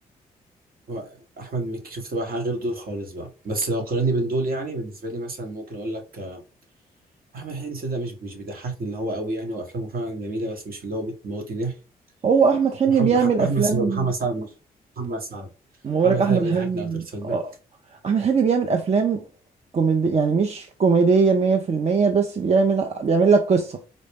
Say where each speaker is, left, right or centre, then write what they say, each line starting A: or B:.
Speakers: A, on the right (about 60°); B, on the right (about 40°).
A: هو احمد مكي شفت بقى حاجه غير دول خالص بقى بس لو قارني بين دول يعني بالنسبه لي مثلا ممكن اقول لك آه، احمد حلمي صدق مش مش بيضحكني اللي هو قوي يعني وافلامه فعلا جميله بس مش اللي هو بتموتني ضحك
B: هو احمد حلمي
A: محمد
B: بيعمل
A: مح- محمد
B: افلام
A: سعد محمد سعد محمد سعد
B: ما بقولك
A: محمد سعد
B: احمد
A: بيضحكني
B: حلمي
A: اكتر تصدق
B: اه. احمد حلمي بيعمل افلام كوميدي يعني مش كوميدية مية في المية بس بيعمل بيعمل لك قصة